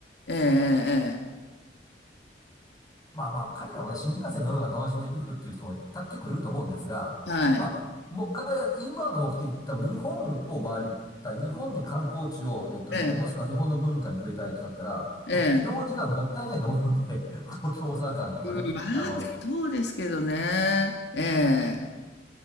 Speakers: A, on the left (about 75°); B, on the left (about 20°).
A: えええ
B: まあまあ、彼らもね、新幹線乗るのが楽しみで来るっていう人もた結構いると思うんですが、
A: えええ。はい。
B: まあ、もう彼ら、インバウンドの目的って多分日本を回りたい、日本の観光地を、えっと、
A: ええ、
B: 見たい、もしくは日本の文化に触れたいとなったら、
A: ええ。
B: 多分移動時間もったいないと思うんで、<laughs> 東京、大阪間とかね、
A: うん、まあ、
B: あの、
A: そうですけどね。ええ、